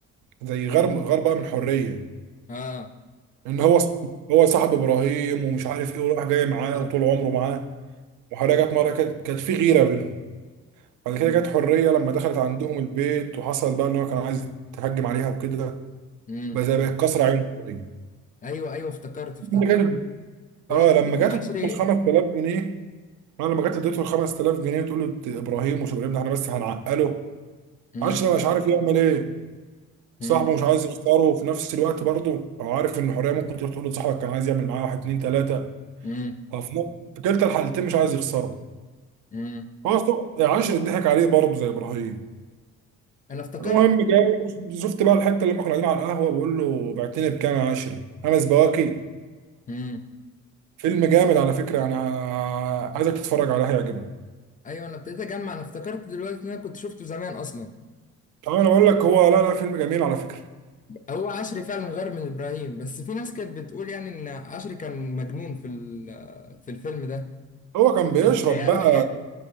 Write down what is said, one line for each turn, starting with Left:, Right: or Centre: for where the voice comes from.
Right: زي غير غير بقى من حرية
Left: اه
Right: ان هو ص- هو صاحب ابراهيم ومش عارف ايه وراح جاي معاه
Left: اه
Right: وطول عمره معاه وحريه
Left: ايوه
Right: جت مره كده كانت في غيره بينهم بعد
Left: مم.
Right: كده جت حريه لما دخلت عندهم البيت وحصل بقى ان هو كان عايز تهجم عليها وكده
Left: مم.
Right: بقى زي بقت كسر عينه شويه
Left: ايوه ايوه افتكرت افتكرت
Right: لما جت
Left: هو
Right: اه
Left: في
Right: لما
Left: ابن
Right: جت
Left: عشري
Right: اديته ال 5000 جنيه انا لما جت اديته ال 5000 جنيه تقول له ابراهيم ومش ابراهيم ده احنا بس هنعقله
Left: مم.
Right: عشري مش عارف يعمل ايه صاحبه
Left: مم.
Right: مش عايز يختاره وفي نفس الوقت برضه هو عارف ان حريه ممكن تروح تقول لصاحبك كان عايز يعمل معاه واحد اتنين تلاته
Left: مم.
Right: ففي نفس- في كلتا الحالتين مش عايز يخسره
Left: امم
Right: هو سوق- عاشر اتضحك عليه برضه زي ابراهيم
Left: انا افتكرت
Right: المهم جاي شفت بقى الحته اللي ما كنا قاعدين على القهوه بقول له بعتني بكام يا عشري خمس بواكي
Left: امم
Right: فيلم جامد على فكره انا عايزك تتفرج عليه هيعجبك
Left: ايوه انا ابتديت اجمع انا افتكرت دلوقتي ان انا كنت شفته زمان اصلا
Right: طب انا بقول لك هو لا لا فيلم جميل على فكره
Left: هو عشري فعلا غير من ابراهيم بس في ناس كانت بتقول يعني ان عشري كان مجنون في ال- في الفيلم ده
Right: هو كان بيشرب
Left: كان بيتهيأ
Right: بقى
Left: له حاجات